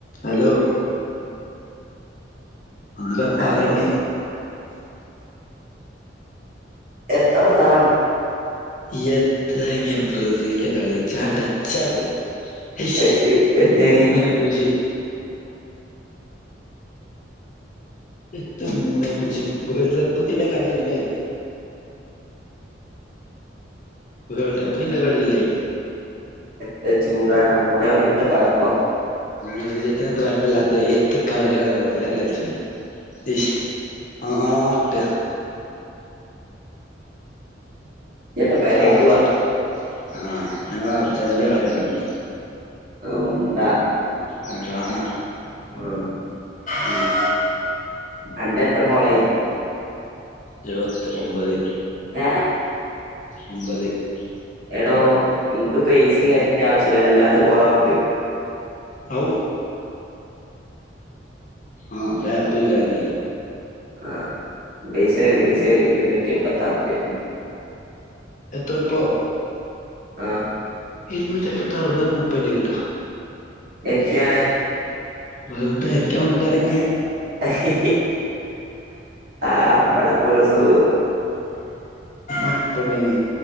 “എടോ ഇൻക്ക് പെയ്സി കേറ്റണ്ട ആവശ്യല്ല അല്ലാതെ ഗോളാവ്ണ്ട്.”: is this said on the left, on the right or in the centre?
Right